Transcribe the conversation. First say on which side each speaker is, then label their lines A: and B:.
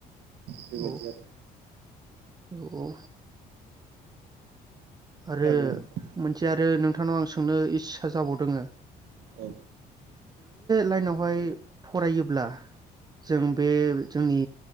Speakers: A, on the right; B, on the right.
A: बेबायदि
B: औ
A: आरो
B: औ औ आरो
A: खोनादों
B: मोनसे आरो नोंथांनाव आं सोंनो इ होजाबावदोङो
A: औ
B: लाइनावहाय फरायोब्ला जों बे जोंनि